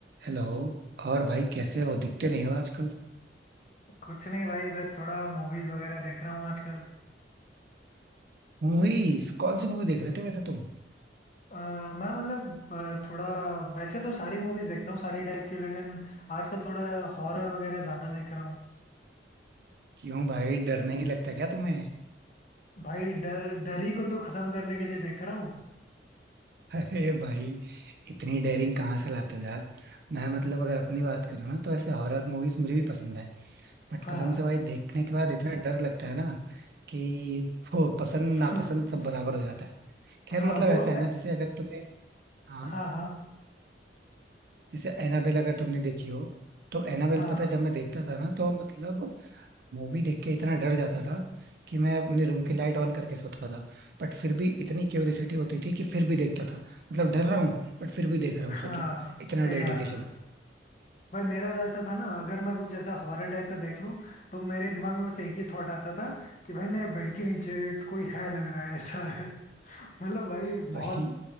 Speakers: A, on the right; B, on the left.
A: Hello और भाई कैसे हो दिखते नहीं हो आजकल
B: कुछ नहीं भाई बस थोड़ा मूवीज वगैरह देख रहा हूँ आजकल
A: मूवीज कौन सी मूवी देख रहे थे वैसे तुम
B: अ, मैं मतलब अ, थोड़ा वैसे तो सारी मूवीज देखता हूँ सारी टाइप की लेकिन आजकल थोड़ा हॉरर वगैरह ज्यादा देख रहा हूँ
A: क्यों भाई डर नहीं लगता क्या तुम्हें
B: भाई डर डर ही को तो खत्म करने के लिए देख रहा हूँ
A: <laughs> अरे भाई इतनी डेयरिंग कहाँ से लाते हो यार मैं मतलब अगर अपनी बात करूँ ना तो ऐसे हॉरर मूवीज मुझे भी पसंद है बट
B: हाँ
A: कसम से भाई देखने के बाद इतना डर लगता है ना कि वो पसंद
B: <laughs>
A: नापसंद सब बराबर हो जाता है खैर
B: हाँ
A: मतलब
B: वो
A: ऐसा है
B: अ,
A: ना जैसे अगर तुमने हाँ
B: हाँ हाँ
A: जैसे एनाबेल अगर तुमने देखी हो तो एनाबेल
B: हाँ
A: पता है जब मैं देखता था ना तो मतलब मूवी देख के इतना डर जाता था कि मैं अपने रूम की लाइट ऑन करके सोता था बट फिर भी इतनी क्यूरियोसिटी होती थी कि फिर भी देखता था मतलब डर रहा हूँ बट फिर भी देख रहा हूँ
B: हाँ
A: सोचो इतना
B: सही
A: डेडिकेशन
B: याद है भाई मेरा तो ऐसा था ना अगर मैं कुछ ऐसा हॉरर टाइप का देख लूं तो मेरे दिमाग में बस एक ही थॉट आता था कि भाई मेरे बेड के नीचे तो कोई है लग रहा है ऐसा है <laughs> मतलब भाई
A: भाई
B: बहुत